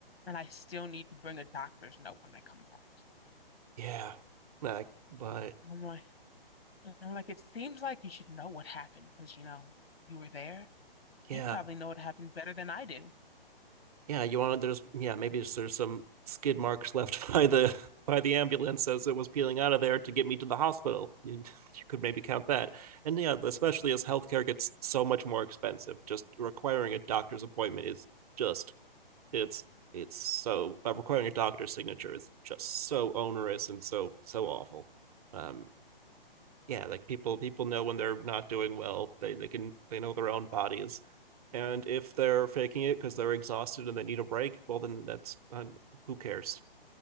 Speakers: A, on the left; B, on the right.
A: and I still need to bring a doctor's note when I come back.
B: Yeah. Like, but
A: I'm like, and I'm like, it seems like you should know what happened because, you know, you were there.
B: yeah.
A: You probably know what happened better than I do.
B: Yeah, you want to there's yeah, maybe there's, there's some skid marks left <laughs> by the by the ambulance as it was peeling out of there to get me to the hospital. <laughs> You, you could maybe count that. And yeah, especially as healthcare gets so much more expensive, just requiring a doctor's appointment is just it's it's so uh, requiring a doctor's signature is just so onerous and so so awful. Um yeah, like people people know when they're not doing well. They they can they know their own bodies. And if they're faking it because they're exhausted and they need a break, well then that's uh, who cares?